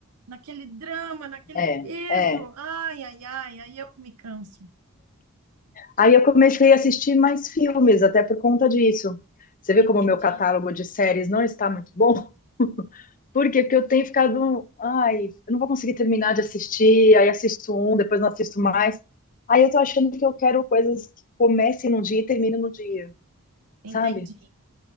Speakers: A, on the right; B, on the left.
A: naquele drama, naquele
B: É,
A: peso.
B: é.
A: Ai, ai, ai, aí eu me canso.
B: Aí eu comecei a assistir mais filmes, até por conta disso. Você vê
A: Entendi,
B: como o meu catálogo de séries não está muito bom? Por quê? Porque eu tenho ficado, ai, eu não vou conseguir terminar de assistir, aí assisto um, depois não assisto mais. Aí eu tô achando que eu quero coisas que comecem num dia e terminem no dia,
A: entendi.
B: sabe?